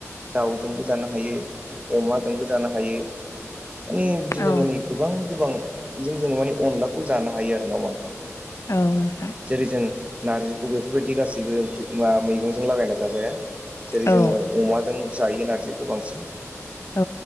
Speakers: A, on the right (about 25°); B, on the left (about 70°).
A: दाउ जोंबो जानो हायो अमा जोंबो जानो हायो बिदिनो
B: औ
A: माने गोबां गोबांजों जोङो माने अनलाबो जानो हायो आरो नङा होनबा नोंथां
B: नोंथां
A: जेरै जों नारजिखौ बेफोरबायदि गासैबो ओंख्रि ओ मैगंजों लागायना जाजाया जेरै
B: औ
A: जोङो अमाजों जायो नारजिखौ बांसिन
B: औ